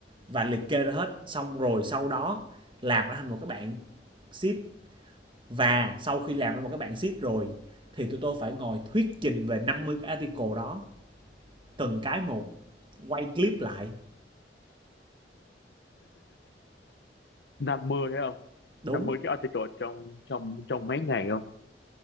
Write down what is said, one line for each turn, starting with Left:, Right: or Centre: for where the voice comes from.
Right: và liệt kê ra hết. Xong rồi sau đó làm nó thành một cái bản sheet và sau khi làm ra một cái bản sheet rồi thì tụi tôi phải ngồi thuyết trình về 50 cái article đó từng cái một quay clip lại
Left: năm mươi hay không
Right: đúng
Left: năm mươi cái article trong trong trong mấy ngày không